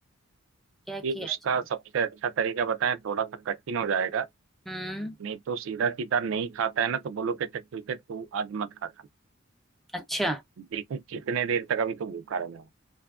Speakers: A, in the centre; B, on the right.
A: क्या
B: ये
A: किया
B: उसका
A: जाए
B: सबसे अच्छा तरीका बताएं थोड़ा सा कठिन हो जाएगा
A: हम्म
B: नहीं तो सीधा सीधा नहीं खाता है ना तो बोलो कि अच्छा, ठीक है तू आज मत खा
A: अच्छा
B: देखो कितने देर तक अभी तो भूखा रहना है।